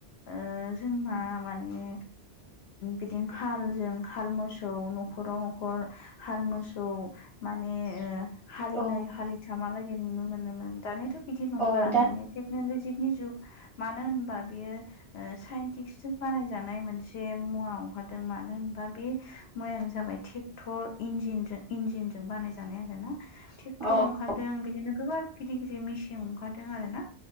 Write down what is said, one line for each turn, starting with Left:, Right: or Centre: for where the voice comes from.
Left: ओ जोंहा माने बिदिनो हालजों हाल मोसौ न'खराव न'खर हाल मोसौ माने ओ हालिनै
Right: औ
Left: हालिथ मालागै नुनो मोनोमोन दानियााथ' बिदि नंला
Right: औ दा
Left: दानिया टेक्न'लजिनि जुग मानो होनबा बेयो साइन्टिस्टजों बानायजानाय मोनसे मुवा ओंखारदों मानो होनबा बे मैयानो जाबाय ट्रेक्टर इन्जिनजों इन्जिनजों बानाय जानाय आरो ना।
Right: अ
Left: टर
Right: औ
Left: ओंखारदों बिदिनो गोबा गिदिर गिदिर मेसि थिं ओंखारदों आरोना